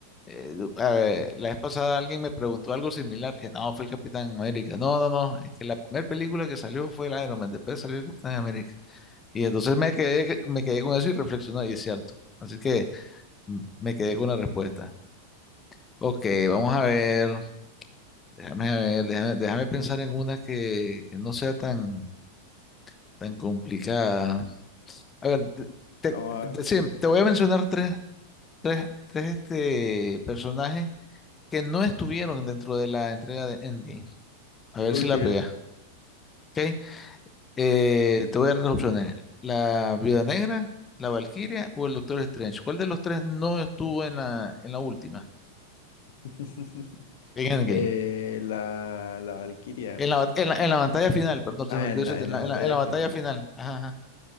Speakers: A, on the left (about 20°); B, on the left (about 55°).
A: eh, yo- a ver, la vez pasada alguien me preguntó algo similar, que no, fue el Capitán América. No, no, no, es que la primera película que salió fue el Iron Man, después salió el Capitán América. Y entonces me quedé, que- me quedé con eso y reflexioné, y es cierto. Así que mm, me quedé con la respuesta. Ok,
B: <laughs>
A: vamos a ver. Déjame ver, déjame, déjame pensar en una que, que no sea tan, tan complicada. A ver, te, te-
B: Vamos a
A: te-
B: ver.
A: sí, te voy a mencionar tres, tres, tres este, personajes que no estuvieron dentro de la entrega de Endgame. A ver
B: Ok.
A: si la pegas. ¿ok? Eh, te voy a dar las opciones. La Viuda Negra, la Valquiria o el Doctor Strange. ¿Cuál de los tres no estuvo en la, en la última?
B: <laughs>
A: En Endgame.
B: Eh, la, la Valquiria.
A: En la, bat- en la, en la batalla final, perdón,
B: Ah,
A: se me olvidó
B: en
A: decirte,
B: la, en
A: en
B: la
A: la,
B: batalla
A: en la, en la batalla
B: final.
A: final. Ajá,